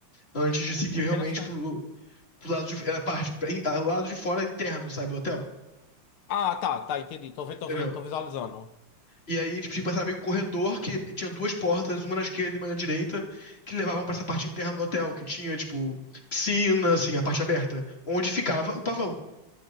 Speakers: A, on the left (about 25°); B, on the left (about 75°).
A: Antes de
B: Hum,
A: seguir
B: interessante.
A: realmente pro, pro lado de. Era parte. a- Lado de fora interno, sabe, do hotel.
B: Ah, tá, tá, entendi. Tô vendo,
A: Entendeu?
B: tô vendo, tô visualizando.
A: E aí eles tinham que passar meio que um corredor que tinha duas portas, uma na esquerda e uma na direita, que levavam pra essa parte interna do hotel, que tinha, tipo, piscina, assim, a parte aberta, onde ficava o pavão.